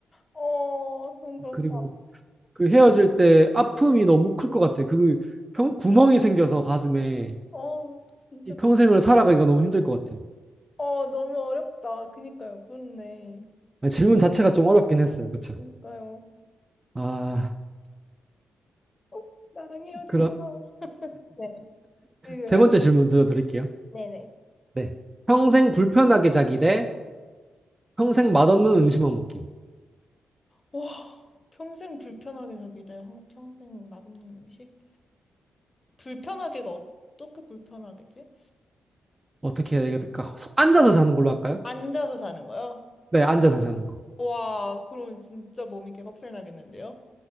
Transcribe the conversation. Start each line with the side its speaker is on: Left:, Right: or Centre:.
Left: 어, 그럼 그렇다.
Right: 그리고 그 헤어질 때 아픔이
Left: 네.
Right: 너무 클 것 같아요. 그 평, 구멍이 생겨서 가슴에
Left: 어, 진짜
Right: 이 평생을
Left: 그런.
Right: 살아가기가 너무 힘들 것 같아요.
Left: 어, 너무 어렵다. 그니까요. 그렇네.
Right: 아, 질문 자체가 좀 어렵긴 했어요. 그쵸?
Left: 그니까요.
Right: 아,
Left: 어, 나랑 헤어지지
Right: 그럼
Left: 마. 네. 이거요?
Right: 세 번째 질문 드려드릴게요.
Left: 네네.
Right: 네. 평생 불편하게 자기 대 평생 맛없는 음식만 먹기.
Left: 와, 평생 불편하게 살기 대 평- 평생 맛없는 음식? 불편하게가 어떻게 불편하겠지?
Right: 어떻게 해야 될까? 서- 앉아서 자는 걸로 할까요?
Left: 앉아서 자는 거요?
Right: 네, 앉아서 자는 거.
Left: 와, 그럼 진짜 몸이 개박살 나겠는데요?